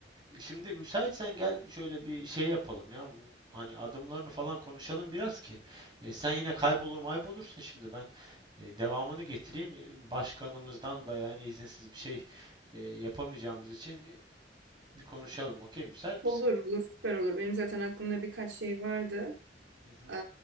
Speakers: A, on the right; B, on the right.
A: E, Şimdi müsaitsen gel şöyle bir şey yapalım ya. Bunun Hani adımlarını falan konuşalım biraz ki. E, sen yine kaybolur maybolursun şimdi ben e, devamını getireyim. E, Başkanımızdan da yani izinsiz bir şey e, yapamayacağımız için e, bir konuşalım. Okey müsait
B: Olur
A: misin?
B: olur süper olur. Benim zaten aklımda birkaç şey vardı.
A: Hı hı.
B: Ee,